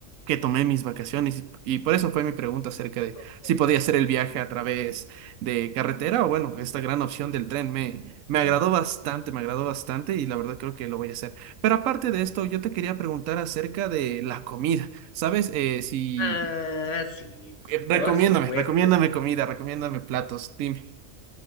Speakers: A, on the right; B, on the left.
A: que tomé mis vacaciones y, y por eso fue mi pregunta acerca de
B: comprendo.
A: si podía hacer el viaje a través de carretera o bueno, esta gran opción del tren me, me agradó bastante, me agradó bastante y la verdad creo que lo voy a hacer. Pero aparte de esto, yo te quería preguntar acerca de la comida. ¿Sabes? Eh, si...
B: Ah, sí,
A: eh,
B: por
A: recomiéndame,
B: supuesto.
A: recomiéndame comida, recomiéndame platos, dime.